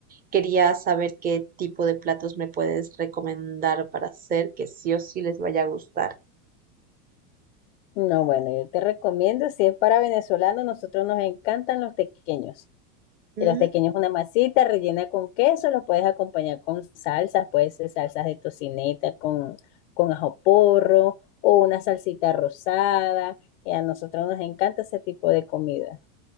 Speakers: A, on the right; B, on the left.
A: quería saber qué tipo de platos me puedes recomendar para hacer que sí o sí les vaya a gustar.
B: No, bueno, yo te recomiendo, si es para venezolanos, nosotros nos encantan los tequeños.
A: Mm,
B: Y Los tequeños es una masita rellena con queso, los puedes acompañar con salsas, puede ser salsas de tocineta con, con ajo porro o una salsita rosada. Y a nosotros nos encanta ese tipo de comida.